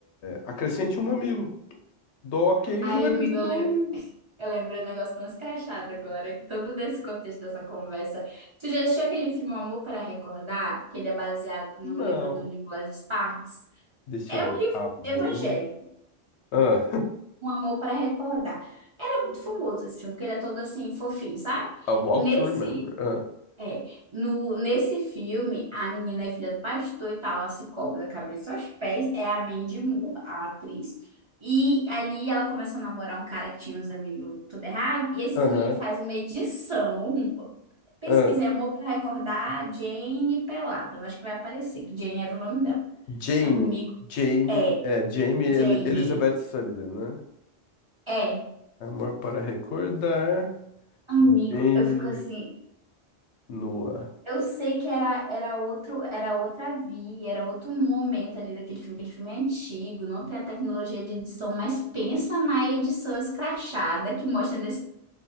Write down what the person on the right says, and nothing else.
Ai,
amigo,
Eu lembrei um negócio tão escrachado agora, todo desse contexto dessa conversa. Tu já assistiu aquele filme Amor para Recordar? Que ele é baseado no
livro do Nicholas Sparks?
É
um livro
evangélico,
Um Amor para Recordar. Ele é muito famoso esse filme, porque ele é todo assim, fofinho, sabe?
Nesse,
é, no, nesse filme, a menina é filha do pastor e tal, ela se cobra da cabeça aos pés, é a Mandy Moore, a atriz. E ali ela começa a namorar um cara que tinha uns amigos tudo errado, e esses
meninos fazem uma edição, pesquisei
amor pra recordar Jane Pelada, eu acho que vai aparecer, que Jane era o nome dela.
Amigo,
é,
Jane,
é,
amigo,
eu fico assim,
Eu sei que era, era outro, era outra via, era outro momento ali daquele filme, aquele filme é antigo, não tem a tecnologia de edição, mas pensa na edição escrachada que mostra nesse,